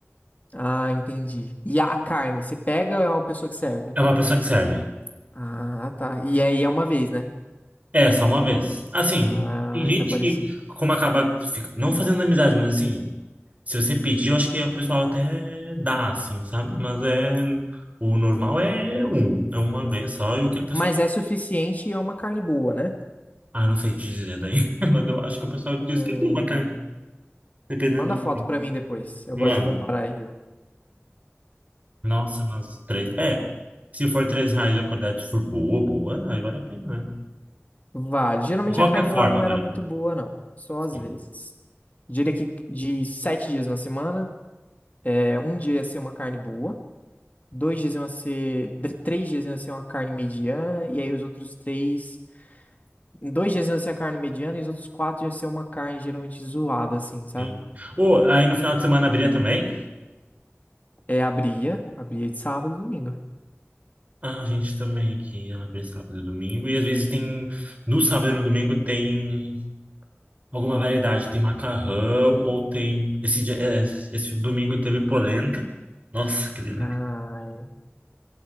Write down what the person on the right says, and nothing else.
É uma pessoa que serve.
É, só uma vez. Assim,
tem gente
que, como acaba, fica- não fazendo amizade, mas assim, se você pedir, eu acho que o pessoal até dá, assim, sabe? Mas é, o normal é um, é uma vez só, e o que a pessoa,
ah, não sei te dizer daí, <laughs> mas eu acho que o pessoal diz
que é bom até, dependendo
do
que
manda.
Nossa, mas três, é, se for três reais e a qualidade for boa, boa, aí vale a pena, né?
De qualquer
forma,
vale
a pena.
Sim,
sim. Ou, aí no final de semana abria também?
Ah, A gente também que abre sábado e domingo. E às vezes tem, no sábado e no domingo tem alguma variedade. Tem macarrão ou tem. Esse, dia- é, esse domingo teve polenta. Nossa, que delícia.